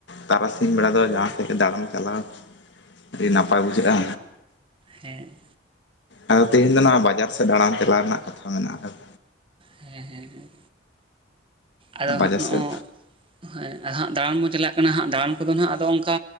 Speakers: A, on the left (about 65°); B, on the right (about 30°).
A: ᱛᱟᱨᱟᱥᱤᱧ ᱵᱮᱲᱟ ᱫᱚ ᱡᱟᱦᱟᱸ ᱥᱮᱫ ᱜᱮ ᱫᱟᱬᱟᱱ ᱪᱟᱞᱟᱣ ᱟᱹᱰᱤ ᱱᱟᱯᱟᱭ ᱵᱩᱡᱷᱟᱹᱜᱼᱟ᱾
B: ᱦᱮᱸ᱾
A: ᱟᱫᱚ ᱛᱮᱦᱮᱧ ᱫᱚ ᱱᱚᱣᱟ ᱵᱟᱡᱟᱨ ᱥᱮᱫ ᱫᱟᱬᱟᱱ ᱪᱟᱞᱟᱜ ᱨᱮᱱᱟᱜ ᱠᱟᱛᱷᱟ ᱢᱮᱱᱟᱜ ᱠᱟᱫᱟ᱾
B: ᱦᱮᱸ ᱦᱮᱸ ᱦᱮᱸ᱾ ᱟᱫᱚ
A: ᱵᱟᱡᱟᱨ
B: ᱦᱟᱸᱜ ᱱᱚᱜᱼᱚᱭ
A: ᱥᱮᱫ
B: ᱦᱮᱸ ᱦᱟᱜ ᱫᱟᱬᱟᱱ ᱵᱚᱱ ᱪᱟᱞᱟᱜ ᱠᱟᱱᱟ ᱦᱟᱸᱜ ᱫᱟᱬᱟᱱ ᱠᱚᱫᱚ ᱦᱟᱜ ᱟᱫᱚ ᱚᱱᱠᱟ